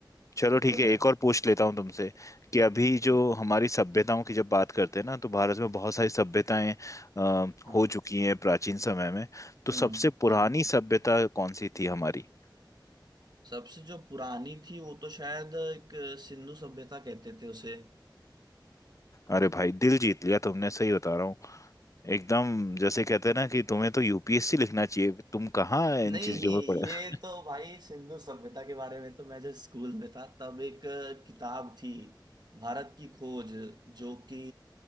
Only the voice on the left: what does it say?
चलो
ठीक
है
एक और पूछ लेता हूँ तुमसे कि अभी जो
हमारी सभ्यताओं की जब बात करते हैं ना तो भारत में बहुत सारी सभ्यताएं अ,
हो चुकी हैं प्राचीन समय में तो
सबसे
पुरानी सभ्यता कौन सी थी हमारी
अरे भाई दिल जीत लिया तुमने सही बता रहा हूँ एकदम जैसे कहते हैं ना कि तुम्हें तो यूपीएससी लिखना चाहिए तुम कहाँ इन
चीजों में पड़े
<laughs>